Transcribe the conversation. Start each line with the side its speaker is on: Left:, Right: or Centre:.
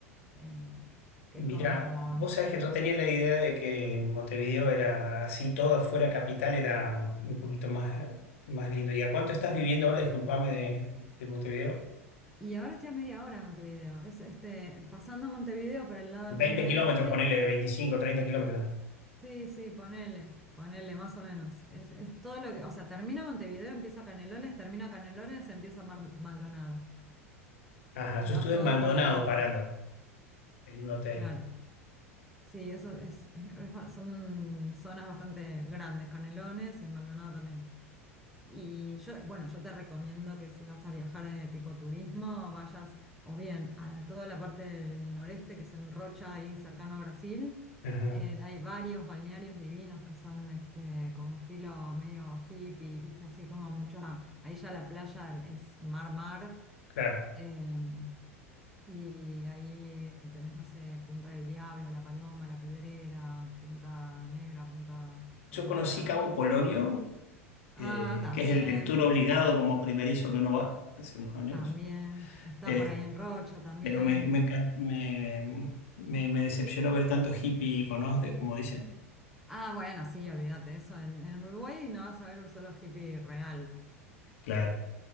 Centre: eh, que
Left: Mirá,
Centre: es como...
Left: vos sabés que yo tenía la idea de que Montevideo era así, todo fuera capital, era un poquito más, más lindo. ¿Y a cuánto estás viviendo ahora? Disculpame de, de Montevideo.
Centre: Y ahora estoy a media hora de Montevideo. Es este, pasando Montevideo para el lado de Punta
Left: veinte
Centre: del
Left: kilómetros,
Centre: Este.
Left: ponele 25, 30 kilómetros.
Centre: Sí, sí, ponele, ponele más o menos. Es, es todo lo que... O sea, termina Montevideo, empieza Canelones, termina Canelones, empieza Mar- Maldonado.
Left: Ajá,
Centre: Si
Left: yo
Centre: vas
Left: estuve
Centre: todo
Left: en Maldonado
Centre: por la costa,
Left: parando en un hotel.
Centre: claro. Sí, eso es, es- es ba- son zonas bastante grandes, Canelones y Maldonado también. Y yo, bueno, yo te recomiendo que si vas a viajar en tipo turismo, vayas o bien a toda la parte del noreste, que es en Rocha, ahí cercano a Brasil.
Left: Ajá,
Centre: Eh, hay varios balnearios divinos que son este, como estilo medio hippie, ¿viste? Así como mucha. Ahí ya la playa es mar-mar.
Left: claro.
Centre: em, y ahí tenés, no sé, Punta del Diablo, La Paloma, La Pedrera, Punta Negra, Punta Colorada,
Left: Yo conocí Cabo
Centre: todo.
Left: Polonio, eh,
Centre: Ah, también
Left: que es el, el tour obligado como primerizo que uno va hace unos años.
Centre: También, está
Left: Eh,
Centre: por ahí en Rocha también.
Left: pero me, me, encan- me, me, me decepcionó ver tanto hippie y conoce, como dicen.
Centre: Ah, bueno, sí, olvídate eso. En, en Uruguay no vas a ver un solo hippie real.
Left: Claro,